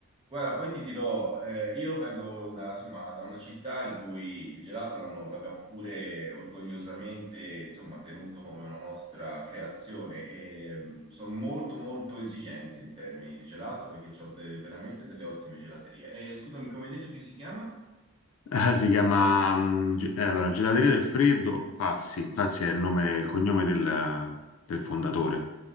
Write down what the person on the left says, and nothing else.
Eh, si chiama mm, ge- eh, allora, Gelateria del Freddo Fassi. Fassi è il nome, il cognome del, del fondatore.